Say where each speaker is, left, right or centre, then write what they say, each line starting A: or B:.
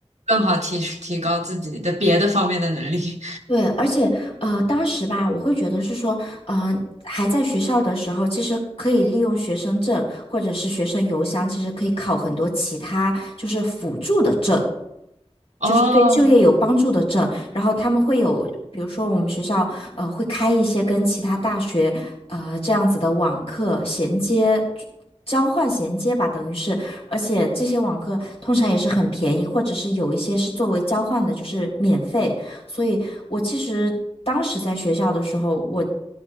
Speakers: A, on the right; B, on the left.
A: 更好提提高自己的别的方面的能力。
B: 对，而且呃，当时吧，我会觉得是说，嗯，还在学校的时候，其实可以利用学生证或者是学生邮箱，其实可以考很多其他就是辅助的证。
A: <laughs> 哦，
B: 就是对就业有帮助的证，然后他们会有，比如说我们学校呃会开一些跟其他大学呃这样子的网课衔接。交换衔接吧，等于是，而且这些网课通常也是很便宜，或者是有一些是作为交换的，就是免费。所以我其实当时在学校的时候，我